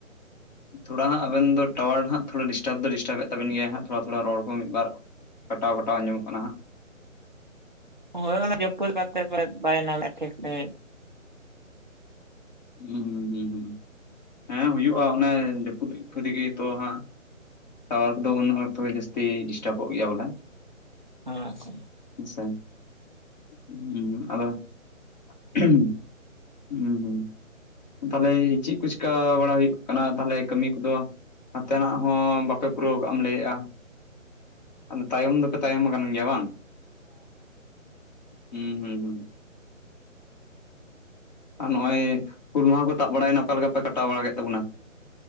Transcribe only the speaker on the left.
ᱛᱷᱚᱲᱟ ᱦᱟᱸᱜ ᱟᱵᱮᱱ ᱫᱚ ᱴᱟᱣᱟᱨ ᱦᱟᱸᱜ ᱛᱷᱚᱲᱟ ᱰᱤᱥᱴᱟᱵ ᱫᱚ ᱰᱤᱥᱴᱟᱵ ᱮᱫ ᱛᱟᱵᱤᱱ ᱜᱮᱭᱟ ᱦᱟᱸᱜ ᱛᱷᱚᱲᱟ ᱛᱷᱚᱲᱟ ᱨᱚᱲ ᱠᱚ ᱢᱤᱫ ᱵᱟᱨ ᱠᱟᱴᱟᱣ ᱠᱟᱴᱟᱣ ᱟᱸᱡᱚᱢᱚᱜ ᱠᱟᱱᱟ ᱦᱟᱸᱜ
ᱦᱩᱸ ᱦᱩᱸ ᱦᱩᱸ ᱦᱩᱸ ᱦᱮᱸ ᱦᱩᱭᱩᱜᱼᱟ ᱚᱱᱮ ᱡᱟᱹᱯᱩᱫ ᱟᱹᱧ ᱛᱮᱜᱮ ᱛᱚ ᱦᱟᱸᱜ ᱴᱟᱣᱟᱨ ᱠᱚᱫᱚ ᱩᱱᱟᱹᱜ ᱚᱠᱛᱚ ᱜᱮ ᱡᱟᱹᱥᱛᱤ ᱰᱤᱥᱴᱟᱵᱚᱜ ᱜᱮᱭᱟ ᱵᱚᱞᱮ
ᱟᱪᱪᱷᱟ ᱩᱸ ᱟᱫᱚ <unintelligible> ᱛᱟᱦᱚᱞᱮ ᱪᱮᱫ ᱠᱚ ᱪᱤᱠᱟᱹ ᱵᱟᱲᱟ ᱦᱩᱭᱩᱜ ᱠᱟᱱᱟ ᱛᱟᱦᱚᱞᱮ ᱠᱟᱹᱢᱤ ᱠᱚ᱾ ᱱᱟᱱᱛᱮᱱᱟᱜ ᱦᱚᱸ ᱵᱟᱯᱮ ᱯᱩᱨᱟᱹᱣ ᱠᱟᱜ ᱮᱢ ᱞᱟᱹᱭᱮᱜᱼᱟ᱾ ᱛᱟᱭᱚᱢ ᱫᱚᱯᱮ ᱛᱟᱭᱚᱢ ᱟᱠᱟᱱ ᱜᱮᱭᱟ ᱵᱟᱝ᱾ ᱩᱸ ᱦᱩᱸ ᱟᱨ ᱱᱚᱜ ᱚᱚᱭ ᱦᱩᱞ ᱢᱟᱦᱟ ᱠᱚ ᱛᱟᱵ ᱵᱟᱲᱟᱭᱱᱟ ᱚᱠᱟ ᱞᱮᱠᱟ ᱯᱮ ᱠᱟᱴᱟᱣ ᱵᱟᱲᱟ ᱠᱮᱫ ᱛᱟᱵᱚᱱᱟ᱾